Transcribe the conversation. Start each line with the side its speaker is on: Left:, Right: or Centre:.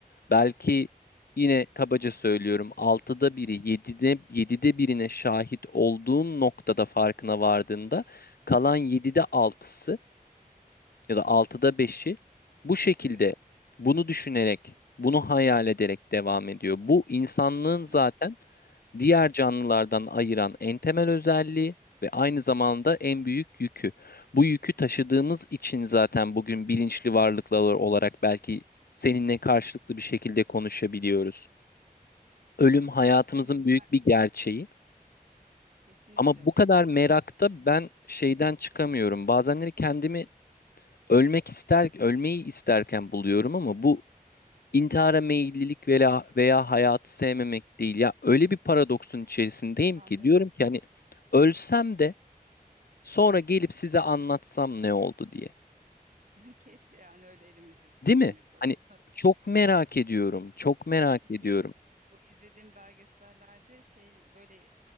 Left: belki yine kabaca söylüyorum altıda biri yedide yedide birine şahit olduğun noktada farkına vardığında kalan yedide altısı ya da altıda beşi bu şekilde
Right: Evet.
Left: bunu düşünerek, bunu hayal ederek devam ediyor. Bu insanlığın
Right: <laughs>
Left: zaten diğer canlılardan ayıran en temel özelliği ve aynı zamanda en büyük yükü. Bu yükü taşıdığımız için zaten bugün bilinçli varlıklar olarak belki seninle karşılıklı bir şekilde konuşabiliyoruz. Ölüm hayatımızın
Right: Yani
Left: büyük
Right: ben
Left: bir gerçeği.
Right: kesinlikle
Left: Ama
Right: öyle.
Left: bu kadar merakta ben şeyden çıkamıyorum. Bazenleri kendimi ölmek ister ölmeyi isterken buluyorum ama bu intihara meyillilik veya veya hayatı sevmemek değil. Ya öyle bir paradoksun içerisindeyim
Right: Anlıyorum.
Left: ki diyorum ki hani ölsem de sonra gelip size anlatsam ne oldu diye.
Right: <laughs> Keşke yani öyle elimizde bir seçenek
Left: Değil mi?
Right: olsa.
Left: Hani çok merak ediyorum. Çok merak
Right: Ya
Left: ediyorum.
Right: şey bu izlediğim belgesellerde şey böyle